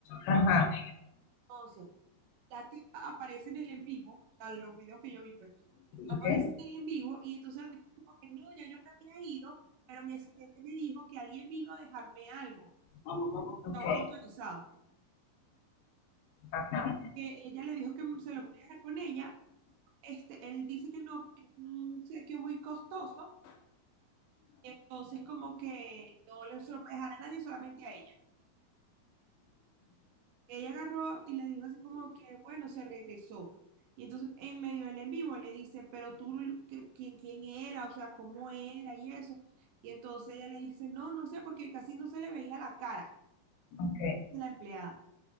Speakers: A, on the left (about 80°); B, on the right (about 85°).
A: ajá.
B: Entonces, la tipa aparece en el en vivo, a los videos que yo vi, pues, aparece
A: Okay.
B: en el en vivo y entonces la tipa como que no, ya yo me había ido, pero mi asistente me dijo que alguien vino a dejarme algo, o
A: vamos. vamos. Okay.
B: sea, un motorizado.
A: ajá.
B: Que ella le dijo que se lo podía dejar con ella. Este, él dice que no porque es un obsequio muy costoso, entonces como que no le- se lo puede dejar a nadie, solamente a ella. Ella agarró y le dijo así como que, bueno, se regresó. Y entonces en medio del en vivo le dice, pero tú, ¿qué- ¿quién, quién era? O sea, ¿cómo era? Y eso. Y entonces ella le dice, no, no sé, porque casi no se le veía la cara
A: Okay.
B: de la empleada.